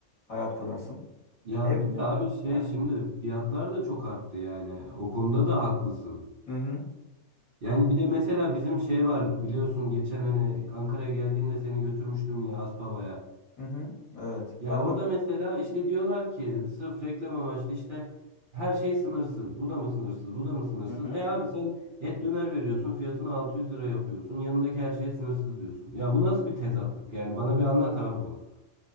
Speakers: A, on the left; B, on the right.
A: hayat kurarsın.
B: Ya
A: Ev
B: bir de abi şey
A: yani
B: şimdi fiyatlar da çok arttı yani. O konuda da haklısın.
A: hı hı
B: Yani bir de mesela bizim şey var biliyorsun geçen hani Ankara'ya geldiğinde seni götürmüştüm yine Aspava'ya.
A: hı hı evet.
B: Ya
A: Onda
B: orada mesela işte diyorlar ki sırf reklam amaçlı işte her şey sınırsız. Bu da mı sınırsız? Bu da mı sınırsız?
A: hı hı.
B: E abi sen et döner veriyorsun fiyatını 600 lira yapıyorsun. Yanındaki her şey sınırsız diyorsun. Ya bu nasıl bir tezatlık? Yani bana bir anlat abi bunu.